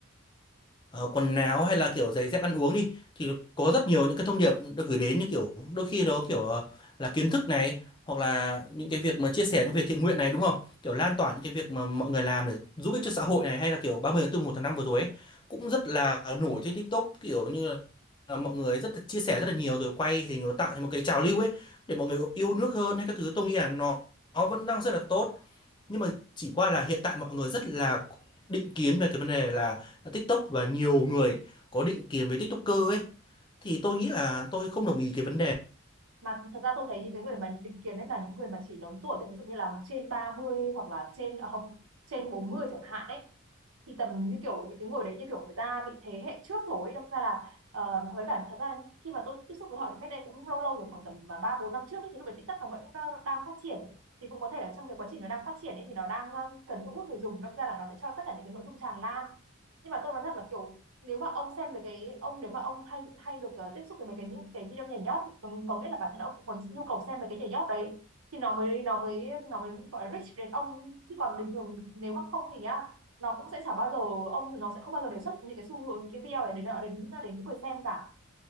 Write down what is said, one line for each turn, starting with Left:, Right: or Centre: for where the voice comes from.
Left: ờ, quần áo hay là kiểu giày dép ăn uống đi thì có rất nhiều những cái thông điệp được gửi đến như kiểu đôi khi đó kiểu ờ, là kiến thức này hoặc là những cái việc mà chia sẻ những việc thiện nguyện này đúng không kiểu lan tỏa những cái việc mà mọi người làm để giúp ích cho xã hội này hay là kiểu 30 tháng 4 một tháng 5 vừa rồi ấy, cũng rất là nổi trên TikTok kiểu như là mọi người rất là chia sẻ rất là nhiều rồi quay hình nó tạo thành một cái trào lưu ấy để mọi người yêu nước hơn hay các thứ tôi nghĩ là nó nó vẫn đang rất là tốt nhưng mà chỉ qua là hiện tại mọi người rất là định kiến về cái vấn đề là TikTok và nhiều người có định kiến với TikToker ấy thì tôi nghĩ là tôi không đồng ý cái vấn đề
Right: mà thật ra tôi thấy những cái người mà định kiến đấy là những người mà chỉ lớn tuổi thôi ví dụ như là trên ba mươi hoặc là trên à không trên 40 chẳng hạn đấy thì tầm như kiểu những cái người đấy như kiểu người ta bị thế hệ trước rồi ấy. đâm ra là ờ, với cả thật ra khi mà tôi tiếp xúc với họ thì cách đây cũng lâu lâu rồi khoảng tầm mà ba bốn năm trước ấy, thì lúc đấy TikTok nó vẫn đang, đang phát triển thì cũng có thể là trong cái quá trình nó đang phát triển ấy, thì nó đang ờ, cần thu hút người dùng đâm ra là nó sẽ cho tất cả những cái nội dung tràn lan nhưng mà tôi nói thật là kiểu nếu mà ông xem về cái ông nếu mà ông hay hay được ờ, tiếp xúc với mấy cái cái video nhảy nhót có, có nghĩa là bản thân ông cũng có nhu cầu xem về cái nhảy nhót đấy thì nó mới nó mới nó mới gọi là reach đến ông chứ còn bình thường nếu mà không thì á nó cũng sẽ chả bao giờ ông nó sẽ không bao giờ đề xuất những cái xu hướng cái video này đến đến đến những người xem cả